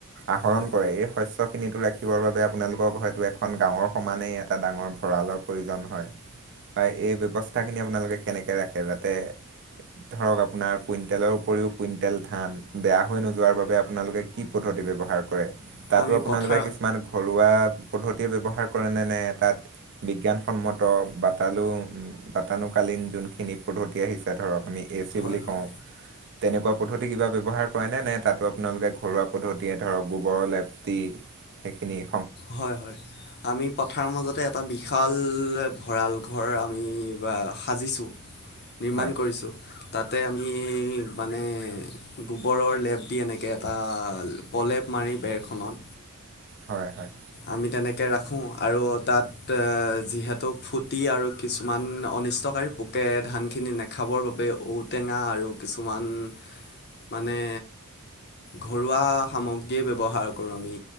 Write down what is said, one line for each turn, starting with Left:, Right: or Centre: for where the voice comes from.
Right: আহৰণ
Left: হয়
Right: কৰে এই শস্যক খিনিতো ৰাখিবৰ বাবে আপোনালোকক হয়তো এখন গাঁৱৰ সমানেই এটা ডাঙৰ ভঁৰালৰ প্ৰয়োজন হয়। হয় এই ব্যৱস্থাখিনি আপোনালোকে কেনেকে ৰাখে যাতে। ধৰক আপোনাৰ কুইন্টেলৰ উপৰিও কুইন্টেল ধান বেয়া হৈ নোযোৱাৰ বাবে আপোনালোকে কি পদ্ধতি। ব্যৱহাৰ কৰে তাতো
Left: আমি
Right: আপোনালোকে
Left: পথাৰ
Right: কিছুমান ঘৰুৱা পদ্ধতিয়ে ব্যৱহাৰ কৰে ন নে তাত বিজ্ঞানসন্মত বাটানু বাতানুকালীন। যোনখিনি পদ্ধতি আহিছে ধৰক আমি এ চি
Left: হয়
Right: বুলি
Left: হয়
Right: কওঁ। তেনেকুৱা পদ্ধতি কিবা ব্যৱহাৰ কৰেনে। নে তাতো আপোনালোকে ঘৰুৱা পদ্ধতিয়ে ধৰক গোবৰৰ লেপটি। সেইখিনিয়ে।
Left: হয়, হয় আমি পথাৰ মাজতে এটা বিশাল। ভঁৰাল ঘৰ আমি সাজিছোঁ। নিৰ্মাণ
Right: হয়
Left: কৰিছোঁ। তাতে আমি মানে গোবৰৰ লেপ দি এনেকৈ এটা প্ৰলেপ মাৰি বেৰখনত।
Right: হয়, হয়।
Left: আমি তেনেকে ৰাখোঁ আৰু তাত যিহেতু ফূ্টি আৰু কিছুমান অনিষ্টকাৰী পোকে ধানখিনি নাখাবৰ বাবে ঔটেঙা আৰু কিছুমান। মানে ঘৰুৱা সামগ্ৰীয়ে ব্যৱহাৰ কৰোঁ আমি।